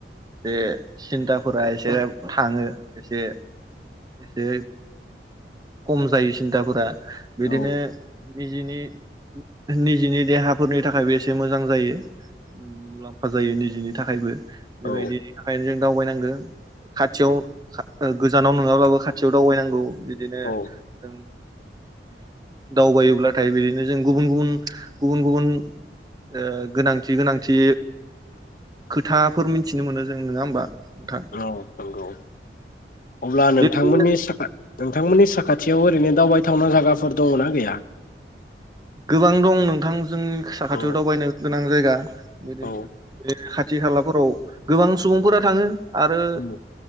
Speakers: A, on the right (about 20°); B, on the left (about 50°).
A: एसे सिन्थाफोरा एसे थाङो एसे एसे खम जायो सिन्थाफोरा। बिदिनो
B: औ
A: निजिनि निज जिनि देहाफोरनि थाखायबो एसे मोजां जायो मुलाम्फा जायो निजिनि थाखायबो। बेबायदि
B: औ
A: नि थाखायनो जों दावबायनांगौ खाथियाव खा गोजानाव नङाब्लाबो खाथियाव दावबायनांगौ। बिदिनो
B: औ
A: जों दावबायोब्लाथाय बिदिनो जों गुबुन गुबुन गुबुन गुबुन ओ गोनांथि गोनांथि खोथाफोर मिथिनो मोनो जों नङा होमबा? नोंथां
B: औ। नंगौ। अब्ला नोंथांमोननि
A: बेदिनो
B: साखा नोंथांमोननि साखा थियाव ओरैनो दावबायथावना जागाफोर दङ'ना गैया?
A: गोबां दं नोंथां। जोंनि साखाथियाव
B: औ
A: दावबायनो गोनां। मा जायगा? बिदिन
B: औ
A: बिदिनो थि खालाफोराव गोबां सुबुंफोरा थाङो। आरो
B: उम